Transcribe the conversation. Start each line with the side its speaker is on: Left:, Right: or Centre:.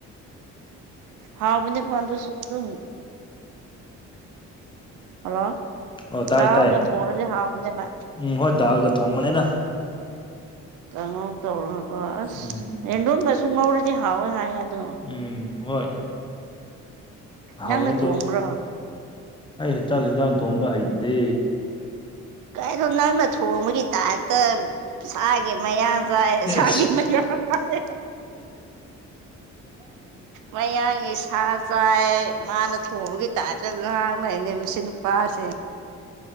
Right: ꯍꯥꯎꯕꯅꯤꯀꯣ ꯑꯗꯨꯁꯨ ꯑꯗꯨꯝ ꯍꯜꯂꯣ
Left: ꯑꯣ ꯇꯥꯏ
Right: ꯗꯥꯜꯒꯥ
Left: ꯇꯥꯏ
Right: ꯊꯣꯡꯔꯗꯤ ꯍꯥꯎꯕꯅꯦꯕ
Left: ꯎꯝ ꯍꯣꯏ ꯗꯥꯜꯒ ꯊꯣꯡꯕꯅꯦꯗ
Right: ꯀꯥꯉꯧ ꯇꯧꯔꯒꯀꯣ ꯑꯁ
Left: ꯎꯝ
Right: ꯔꯦꯟꯗꯨꯝꯒꯥꯁꯨ ꯉꯧꯔꯗꯤ ꯍꯥꯎꯋꯦ ꯍꯥꯏ ꯑꯗꯣ
Left: ꯎꯝ ꯍꯣꯏ ꯍꯥꯎꯋꯦ
Right: ꯅꯪꯅ
Left: ꯎꯝ ꯑꯗꯣ
Right: ꯊꯣꯡꯕ꯭ꯔꯣ
Left: ꯑꯩ ꯆꯥꯛ ꯍꯤꯟꯖꯥꯡ ꯊꯣꯡꯕ ꯍꯩꯇꯦ
Right: ꯀꯩꯅꯣ ꯅꯪꯅ ꯊꯣꯡꯕꯒꯤ ꯇꯥꯏꯞꯇꯥ ꯁꯥꯒꯤ ꯃꯌꯥꯡ ꯆꯥꯏ
Left: ꯑ
Right: ꯁꯥꯒꯤ ꯃꯌꯥ ꯍꯥꯏ ꯃꯌꯥꯡꯒꯤ ꯁꯥ ꯆꯥꯏ ꯃꯥꯅ ꯊꯣꯡꯕꯒꯤ ꯇꯥꯏꯞꯇꯥ ꯉꯥꯡ ꯂꯩꯅꯦ ꯃꯁꯤ ꯅꯨꯄꯥꯁꯦ